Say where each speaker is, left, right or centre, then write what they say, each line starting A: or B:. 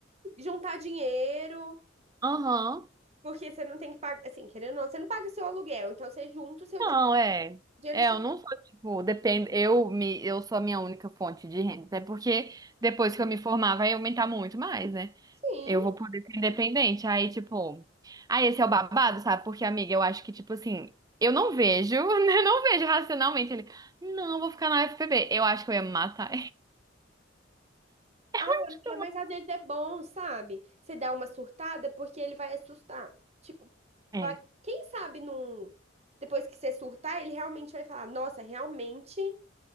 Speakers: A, on the right; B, on the right.
A: juntar dinheiro
B: Aham.
A: Porque você não tem que pagar, assim, querendo ou não, você não paga seu aluguel, então você junta o seu
B: Não,
A: din-
B: é.
A: dinheiro
B: É,
A: que você.
B: eu não sou, tipo, depende, eu me, eu sou a minha única fonte de renda, até porque depois que eu me formar vai aumentar muito mais, né?
A: Sim.
B: Eu vou poder ser independente, aí, tipo, aí esse é o babado, sabe? Porque, amiga, eu acho que, tipo assim, eu não vejo, <laughs> eu não vejo racionalmente ele, não, vou ficar na U F P B. eu acho que eu ia me matar.
A: Ah,
B: <laughs>
A: amiga, mas às vezes é bom, sabe? Você dá uma surtada porque ele vai assustar. Tipo,
B: É.
A: vai... quem sabe num. Depois que você surtar, ele realmente vai falar: Nossa, realmente,